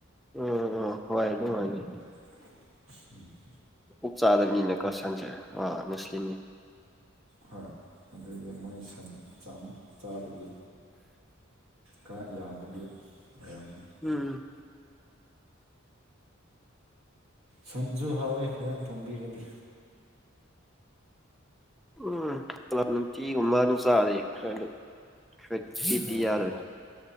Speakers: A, in the centre; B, on the right.
A: ꯎꯝ ꯎꯝ ꯍꯣꯏ ꯑꯗꯨꯝ ꯃꯥꯅꯤ
B: ꯎꯝ
A: ꯑꯣꯛ ꯆꯥꯗꯕꯅꯤꯅꯦ ꯀꯁꯟꯁꯦ ꯑ ꯃꯨꯁꯂꯤꯝꯅꯤ
B: ꯍꯣꯏ ꯑꯗꯨꯒꯤ ꯃꯣꯏ ꯁꯟ ꯆꯥꯕꯒꯤ ꯈꯔ ꯌꯥꯝꯕꯒꯤ ꯃꯌꯥꯝꯅꯤ
A: ꯎꯝ
B: ꯁꯟꯁꯨ ꯍꯥꯎꯋꯦ ꯐꯖꯅ ꯊꯣꯡꯕꯤꯔꯗꯤ
A: ꯎꯝ ꯅꯨꯡꯇꯤꯒꯨꯝꯃꯥꯅ ꯆꯥꯔꯦ ꯈ꯭ꯔꯗꯤ ꯈꯗꯤꯗꯤ
B: ꯍꯣꯏ
A: ꯌꯥꯔꯅꯤ